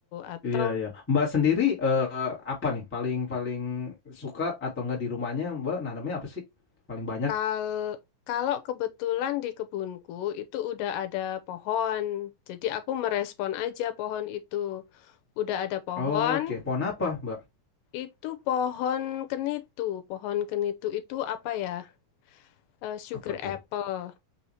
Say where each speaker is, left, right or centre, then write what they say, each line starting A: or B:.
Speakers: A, on the left; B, on the left.
A: atau
B: Iya ya. Mbak sendiri eh, apa nih paling paling suka atau enggak di rumahnya Mbak nanamnya apa sih? Paling banyak?
A: Kal kalau kebetulan di kebunku itu udah ada pohon, jadi aku merespon aja pohon itu. Udah ada pohon,
B: Oke, Pohon apa Mbak?
A: itu pohon kenitu. Pohon kenitu itu apa ya? Eh, sugar
B: Apa tuh?
A: apple,